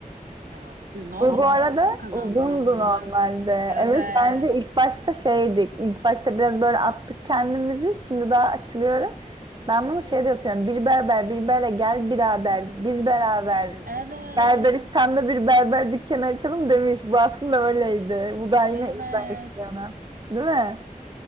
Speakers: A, on the right (about 90°); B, on the right (about 30°).
A: Tamam. Biz ne oldu
B: Bu, bu
A: bağışıklık
B: arada
A: mı kazandık
B: uzundu
A: anlamadım.
B: normalde.
A: Evet.
B: Evet bence ilk başta şeydik. İlk başta biraz böyle attık kendimizi. Şimdi daha açılıyoruz. Ben bunu şeyde atıyorum. Bir berber bir berbere gel birader. Biz beraber
A: Evet.
B: Berberistan'da bir berber dükkanı açalım demiş. Bu aslında öyleydi. Bu da yine
A: Evet.
B: ilk versiyonu. Değil mi?